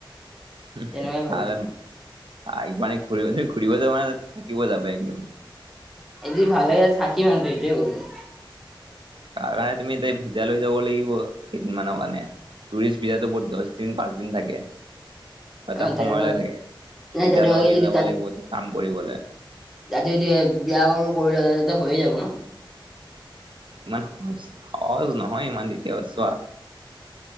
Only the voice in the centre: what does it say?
তেনেকুৱাই ভাবিছো। এদিন ভালে থাকিম আৰু সেইটোৱেই কলো।
অ',
তেনেকুৱা
নাই
তেনেকুৱাকে
যদি
যাতে যদি বিয়া বাৰু কৰি লওঁ হৈয়ে যাব ন